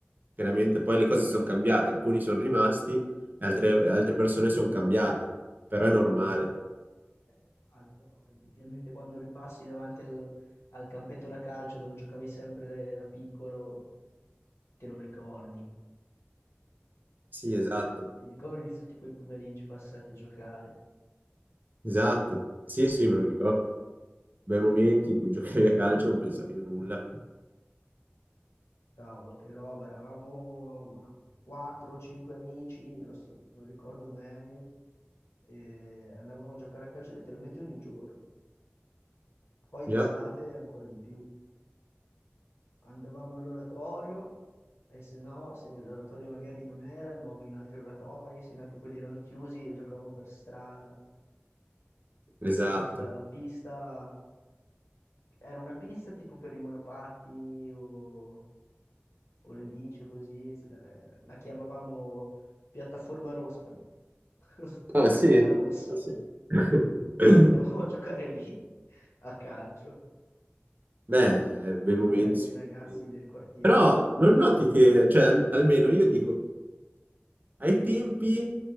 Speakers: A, on the right; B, on the left.
A: chiaramente poi le cose sono cambiate. Alcuni sono rimasti, e altre, altre persone sono cambiate, però è normale.
B: È normale, però effettivamente quando ripassi davanti al, al campetto da calcio dove giocavi sempre da da piccolo, te lo ricordi.
A: Sì, esatto,
B: Ti ricordi di tutti quei pomeriggi passati a giocare?
A: esatto.
B: Eh
A: Sì, sì,
B: sì,
A: me lo ricordo. Bei momenti in cui giocavi a calcio e non pensavi a nulla.
B: cavolo, che roba, eravamo 4-5 amici, non so- non ricordo bene, e andavamo a giocare a calcio letteralmente ogni giorno. Poi d'estate
A: Già,
B: ancora di più. Andavamo all'oratorio e se no, se l'oratorio magari non era, andavamo in altri oratori, se neanche quelli erano chiusi e giocavamo per strada.
A: esatto.
B: In questa pista, era una pista tipo per i monopatti o o le bici così, si- la, la chiamavamo piattaforma rossa, <laughs>
A: Ah,
B: perché
A: sì?
B: era rossa,
A: Sì. <laughs>
B: e andavamo a giocare lì a calcio
A: Beh, eh, bei
B: con
A: momenti.
B: gli altri ragazzi
A: sì.
B: del quartiere.
A: Però non noti che, cioè, al- almeno io dico, ai tempi